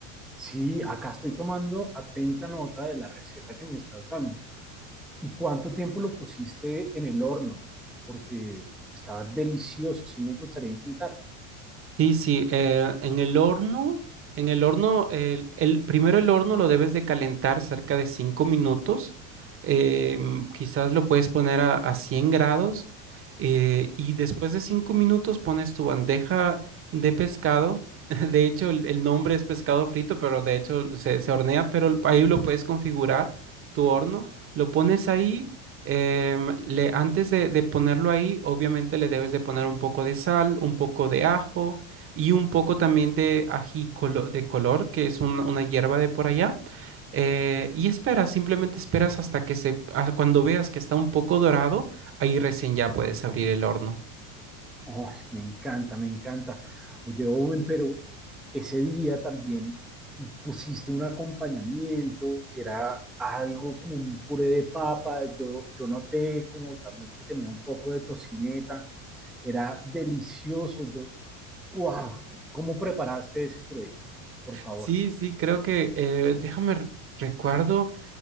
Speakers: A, in the centre; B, on the right.
A: Sí, acá estoy tomando atenta nota de la receta que me estás dando. ¿Y cuánto tiempo lo pusiste en el horno? Porque estaba delicioso, sí me gustaría intentarlo.
B: Sí, sí, eh, en el horno, en el horno, el, el- primero el horno lo debes de calentar cerca de 5 minutos, eh, mm, quizás lo puedes poner a, a 100 grados eh, y después de 5 minutos pones tu bandeja de pescado, <laughs> de hecho el, el nombre es pescado frito, pero de hecho se, se hornea, pero ahí lo puedes configurar tu horno, lo pones ahí, em, le, antes de, de ponerlo ahí, obviamente le debes de poner un poco de sal, un poco de ajo, y un poco también de ají colo- de color, que es un- una hierba de por allá. Eh, y esperas, simplemente esperas hasta que se, a- cuando veas que está un poco dorado, ahí recién ya puedes abrir el horno.
A: Oh, me encanta, me encanta. Oye, Owen, pero ese día también pusiste un acompañamiento que era algo como un puré de papa. Yo, yo noté como también que tenía un poco de tocineta. Era delicioso. Yo, wow, ¿cómo preparaste ese puré? Por favor.
B: Sí, sí, creo que, eh, déjame re- recuerdo.